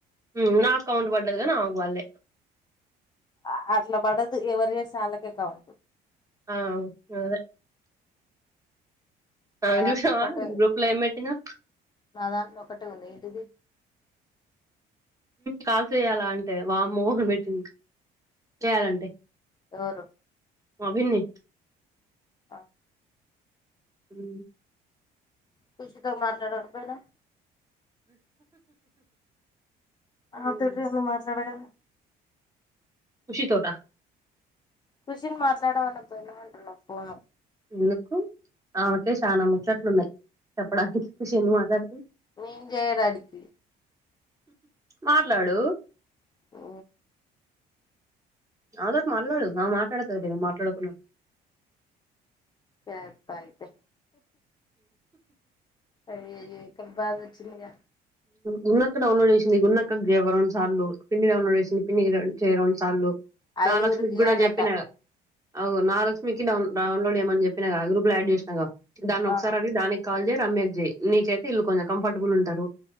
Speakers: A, on the right; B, on the left.
A: ఊ నాకు కౌంట్ పడ్డదు కనీ ఆమకు బళ్ళే
B: ఆ అట్లా పడదు ఎవరు చేస్తే ఆళ్లకే కౌంట్
A: ఆ అదే ఆ
B: నా దాంట్లో
A: చూసినవా
B: ఒకటే
A: గ్రూప్ లో ఏం పెట్టిందో
B: నా దాంట్లో ఒకటే ఉంది ఏంటిది
A: కాల్ చేయాల అంటే వామ్మో అని పెట్టింది చేయాలంటే
B: ఎవరు
A: మా విన్నీ
B: ఆ
A: హు
B: కృషితో మాట్లాడక పోయినావు ఆమె
A: ఉమ్,
B: తోటి ఎం మాట్లాడాలే
A: నీ తోట
B: కృషిన్ మాట్లాడ అనా పోయినవు ఫోను
A: ఎందుకు ఆమెకే చానా ముచ్చట్లు ఉన్నాయి చెప్పడానికి ఖుషి ఎందుకు మాట్లాడుతాది
B: నేను చేయడానికి
A: మాట్లాడు
B: ఓ
A: అదోటి మాట్లాడు ఆమె మాట్లాడకదనే మాట్లాడకున్నా
B: చేత్త అయితే అయ్య అయ్యో ఎక్కడి బాధ వచ్చిందిగా
A: గున్నక్క డౌన్లోడ్ చేసింది గున్న అక్క ఒక రెండు సార్లు పిన్ని డౌన్లోడ్ చేసింది పిన్ని రే చేయి రెండు సార్లు మా
B: ఐదుగురికి
A: లక్ష్మి
B: చేయాలంట
A: కూడా చెప్పిన అగో నాగలక్ష్మికి డౌ డౌన్లోడ్ చేయమని చెప్పినా గా గ్రూపులో యాడ్ ఆడ్ చేసిన గా దాన్ని ఒకసారి
B: ఆ
A: అవి దానికి కాల్ చెయ్ రమ్యక్ చేయి నీకైతే ఇల్లు కొంచెం కంఫర్టబుల్ ఉంటారు